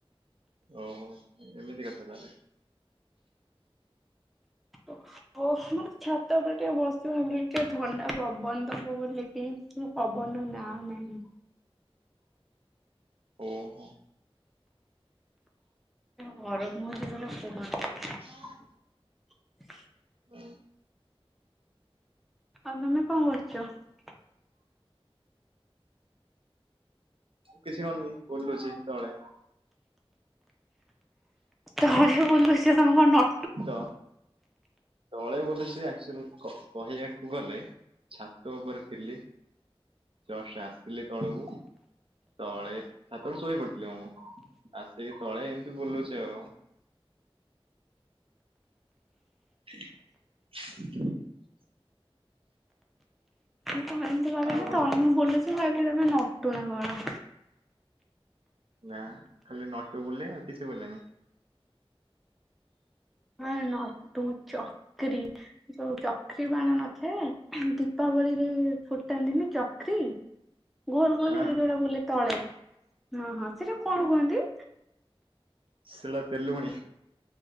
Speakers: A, on the right; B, in the centre.
A: ଓହୋ ଏମିତି କଥା ତାହେଲେ
B: ଓ ଛାତ ଉପରେ ଟିକେ ବସିବି ଭାବିଲି ଟିକେ ଥଣ୍ଡା ପବନ ଦବ ବୋଲିକି ପବନ ନାଁ ନାହିଁ।
A: ଓହୋ।
B: ଘର <unintelligible> ସେଟା କୁହନି।
A: ହଁ।
B: <inaudible>
A: ହୁଁ।
B: ଆଉ ତମେ କଣ କରୁଚ?
A: କିଛି କରୁନି ବୁଲୁଚି ତଳେ।
B: ତଳେ ବୁଲୁଚ ତମେ କଣ ନ
A: ତ ତଳେ ବୁଳୁଚି <unintelligible> କହିବାକୁ ଗଲେ ଛାତ ଉପରେ ଥିଲି ଜଷ୍ଟ୍ ଆସିଲି ତଳକୁ ତଳେ ଛାତରୁୁ ଶୋଇ ପଡିଥିଲି ମୁଁ ଆସିକି ତଳେ ଏମିତି ବୁଲୁଚି ଆଉ <inaudible>
B: ତମେ ତଳେ
A: ଆଉ କଣ
B: ମୁଁ ବୁଲୁଛି। ମୁଁ ଭାବିଲି ତମେ ନଟୁ ନା କଣ?
A: ନା ଖାଲି ନଟୁ ବୁଲେ ଆଉ କିଛି ବୁଲେନି।
B: ହଁ ନଟୁ ଚକ୍ରି ଯୋଉ ଚକ୍ରି ବାଣ ନଥାଏ ଦୀପାବଳିରେ ଫୁଟାନ୍ତିନି ଚକ୍ରି ଗୋଲ ଗୋଲ
A: ହଁ
B: ଏରା‌ ଯୋଉରା ବୁଲେ ଚଳେ ହଁ ହଁ। ସେଟା କଣ କୁହନ୍ତି?
A: ସେଟା ତେଲୁଗୁଣି।